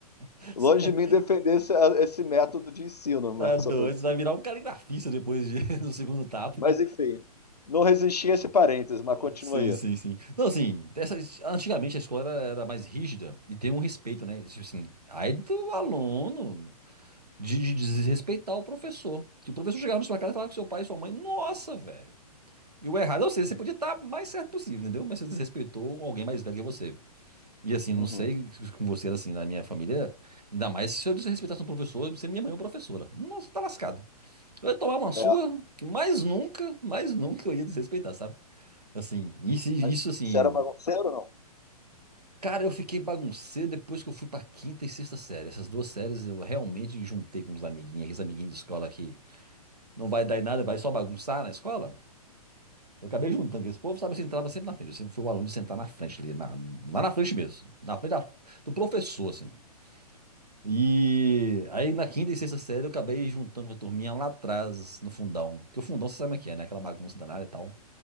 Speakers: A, on the right; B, on the left.
A: você
B: longe de mim defender esse, esse método de ensino,
A: é
B: né?
A: doido.
B: Só tô-
A: Você vai virar um caligrafista depois de- <laughs> do segundo tapa.
B: Mas enfim, não resisti a esse parênteses, mas continua
A: Sim,
B: aí.
A: sim, sim. Não, assim, dessas, antigamente a escola era, era mais rígida e tem um respeito, né? Tipo assim, aí do aluno de, de desrespeitar o professor. Que o professor chegava na sua casa e falava com seu pai e sua mãe, nossa, velho. E o errado é você, você podia estar mais certo possível, entendeu? Mas você desrespeitou alguém mais velho que você. E assim, não
B: Uhum.
A: sei com você, era assim, na minha família, ainda mais se eu desrespeitasse um professor, sendo minha mãe ou professora. Nossa, tá lascado. Eu ia tomar uma surra
B: É,
A: que mais nunca, mais nunca eu ia desrespeitar, sabe? Assim, isso, isso
B: mas
A: assim.
B: você era bagunceiro ou não?
A: Cara, eu fiquei bagunceiro depois que eu fui pra quinta e sexta série. Essas duas séries eu realmente juntei com uns amiguinhos, aqueles amiguinhos de escola que não vai dar em nada, vai só bagunçar na escola. Eu acabei juntando com esse povo, sabe? Eu entrava sempre na frente. Eu sempre fui o aluno de sentar na frente ali, na, lá na frente mesmo. Na frente da- do professor, assim. E aí na quinta e sexta série eu acabei juntando com a turminha lá atrás, no fundão. Porque o fundão você sabe como é que é, né? Aquela bagunça danada e tal.